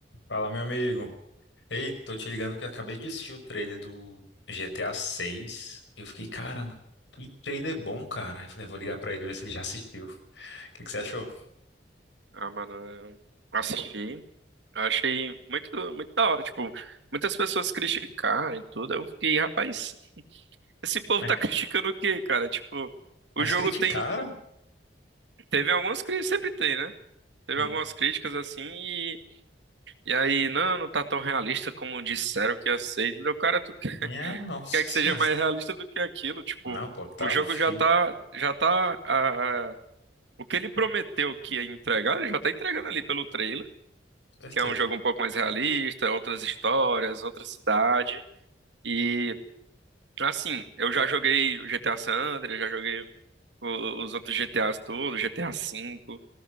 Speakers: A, on the left; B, on the right.
A: Fala, meu amigo. Ei, tô te ligando porque eu acabei de assistir o trailer do GTA 6 e eu fiquei, caramba, que trailer bom, cara. Aí eu falei, vou ligar pra ele ver se ele já assistiu. <laughs> O que que você achou?
B: Ah, mano, eu assisti. Eu achei muito, muito da hora. Tipo, muitas pessoas criticaram e tudo. Eu fiquei, rapaz, esse povo
A: Mas,
B: tá <laughs> criticando o quê, cara? Tipo, o
A: mas
B: jogo
A: criticaram?
B: tem. Teve algumas críticas, sempre tem, né? Teve
A: Ah,
B: algumas críticas assim e, e aí, não, não tá tão realista como disseram que ia ser. Entendeu? Cara, tu
A: minha nossa
B: quer
A: senhora.
B: que seja mais realista do que aquilo? Tipo,
A: Não, pô, tá
B: o jogo
A: um filme,
B: já tá, já tá, ah, ah, o que ele prometeu que ia entregar, ele já tá entregando ali pelo trailer.
A: com certeza.
B: que é um jogo um pouco mais realista, outras histórias, outra cidade. E assim, eu já joguei o GTA San Andreas, já joguei o- os outros GTAs todos, GTA V,